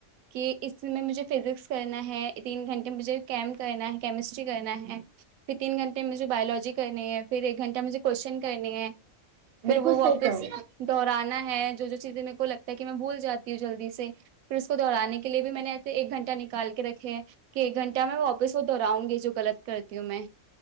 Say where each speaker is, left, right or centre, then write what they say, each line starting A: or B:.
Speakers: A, on the right; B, on the right.
A: کہ اس میں مجھے فزکس کرنا ہے تین گھنٹے میں مجھے کیمپ کرنا ہے کیمسٹری کرنا ہے پھر تین گھنٹے میں مجھے بایولوجی کرنی ہے پھر ایک گھنٹہ مجھے کوشچن کرنی ہے پھر
B: بالکل
A: وہ واپس
B: صحیح کہا
A: دہرانا ہے جو جو چیز م کو لگتا ہے کہ میں بول جاتی ہ جلدی سے پھر اس کو دوہڑانے کے لیے بھی میں نے ایسے ایک گھنٹہ نکال کے رکھے ہیں کہ ایک گنہ میں واپس وہ د دوہراؤ گی جو غلط کر کی میں